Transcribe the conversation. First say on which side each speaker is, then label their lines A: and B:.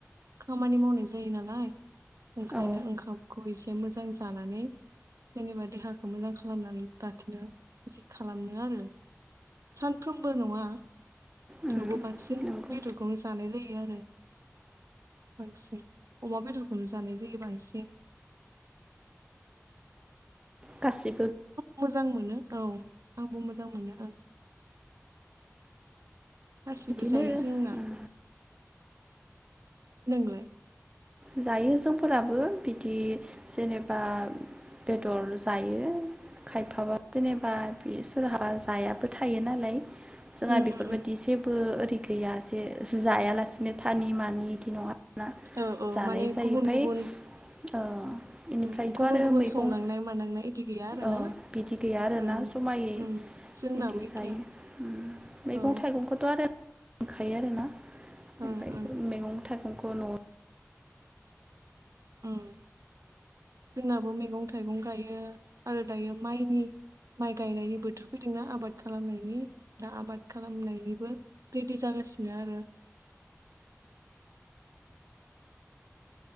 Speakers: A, on the right (about 80°); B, on the right (about 20°).
A: खामानि मावनाय जायो नालाय। ओंखायनो
B: औ
A: ओंखामखौ इसे मोजां जानानै जेनेबा देहाखौ मोजां खा खालामनानै लााखिनो बिदि खालामनो आरो सानफ्रोमबो नङा
B: उम
A: थेवबो बांसिन
B: नंगौ
A: बेदरखौनो जानाय जायो आरो। बांसिन अमा बेदरखौनो जानाय जायो बांसिन।
B: गासि
A: मोजां मोनो औ आंबो मोजां मोनो ओं गासिबो
B: बिदिनो
A: जायो जोंना
B: उम
A: नोंलाय?
B: जायो जोंफोराबो बिदि जेनेबा बेदर जायो खायफाबा जेनेबा बि सोरहा जायाबो थायो नालाय। जोंहा
A: उम उम
B: बेफोरबायदि
A: उम
B: जेबो ओ बिदि गैया एसे जे जायालासिनो थानि मानि बिदि नङा ना। जानाय
A: औ औ माने
B: जायो
A: गुबुन
B: ओमफाय
A: गुबुन
B: ओ इनिफ्रायथ'
A: उम गुबुन
B: आरो
A: गुबुन
B: मैगं
A: संनांनाय मानांनाय इदि गैया आरो
B: अ
A: ना
B: बिदि गैया आरोना
A: ओं
B: जमायै
A: ओं जोंनाबो
B: इदि
A: एखे
B: जायो उम मैगं
A: औ
B: थाइगंखौथ' आरो मोनखायो आरो ना ओमफाय
A: ओं ओं
B: मैगं थाइगंखौ न'आव
A: उम जोंनाबो मैगं थाइगं गायो आरो दायो माइनि माइ गायनायनि बोथोर फैदों ना आबाद खालामनायनि दा आबाद खालामनायनिबो रेदि जागासिनो आरो।